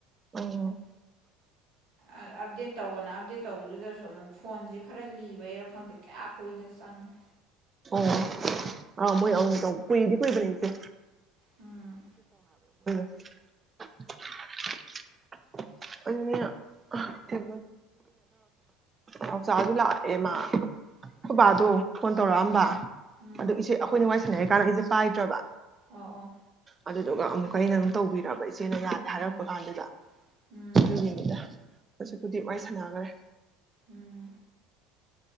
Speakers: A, on the right; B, on the right.
A: ꯎꯝ꯫
B: ꯑ ꯑꯞꯗꯦꯠ ꯇꯧꯑꯣꯅ ꯑꯞꯗꯦꯠ ꯇꯧꯕꯗꯨꯗꯁꯨ ꯑꯃꯨꯛ ꯐꯣꯟꯁꯦ ꯈꯔ ꯂꯤꯕꯩꯔꯥ ꯈꯪꯗꯦ ꯀꯌꯥ ꯀꯨꯏꯅ ꯆꯪꯉꯤ꯫
A: ꯑꯣ ꯑꯥ ꯃꯣꯏ ꯑꯃꯨꯃꯨꯛ ꯇꯧ ꯀꯨꯏꯗꯤ ꯀꯨꯏꯕꯅꯦ ꯏꯆꯦ꯫
B: ꯎꯝ
A: <unintelligible> <unintelligible> <inaudible> ꯅꯥꯎꯆꯥꯁꯨ ꯂꯥꯛꯑꯦ ꯃꯥ ꯑꯩꯈꯣꯏ
B: ꯎꯝ
A: ꯕꯥꯗꯣ ꯐꯣꯟ ꯇꯧꯔꯛ
B: ꯎꯝ
A: ꯑꯝꯕ
B: ꯎꯝ
A: ꯑꯗꯨ ꯏꯆꯦ ꯑꯈꯣꯏꯅꯤ ꯋꯥꯔꯤ ꯁꯥꯅꯔꯤꯀꯥꯟ ꯑꯩꯁꯦ ꯄꯥꯏꯗ꯭ꯔꯕ
B: ꯑꯣ ꯑꯣ
A: ꯑꯗꯨꯗꯨꯒ ꯑꯃꯨꯛꯀꯥ ꯑꯩꯅ ꯎꯝ ꯇꯧꯕꯤꯔꯕ ꯏꯆꯦꯅ ꯌꯥꯗꯦ ꯍꯥꯏꯔꯛꯄ
B: ꯎꯝ
A: ꯀꯥꯟꯗꯨꯗ꯫
B: ꯎꯝ
A: ꯑꯗꯨꯒꯤꯅꯤꯗ ꯍꯨꯖꯤꯛꯄꯨꯗꯤ ꯋꯥꯔꯤ ꯁꯥꯟꯅꯒꯔꯦ
B: ꯎꯝ